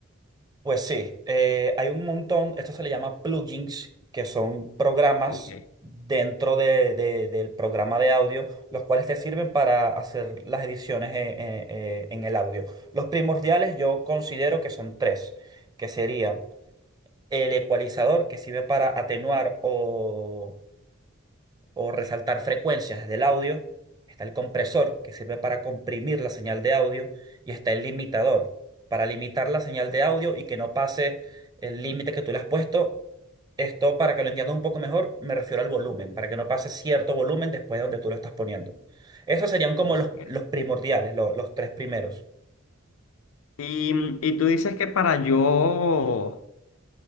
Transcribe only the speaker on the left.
Ok,
ok.
Y, mm, y tú dices que para yo